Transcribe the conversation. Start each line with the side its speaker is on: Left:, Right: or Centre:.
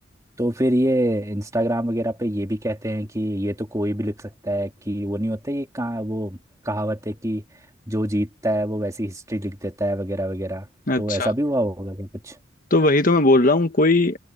Right: तो फिर ये इंस्टाग्राम वगैरह पे ये भी कहते हैं कि ये तो कोई भी लिख सकता है कि वो नहीं होता ये कहाँ वो कहावत है कि जो जीतता है वो वैसी हिस्ट्री लिख देता है वगैरह वगैरह
Left: अच्छा
Right: तो ऐसा भी हुआ होगा क्या कुछ
Left: तो वही तो मैं बोल रहा हूँ कोई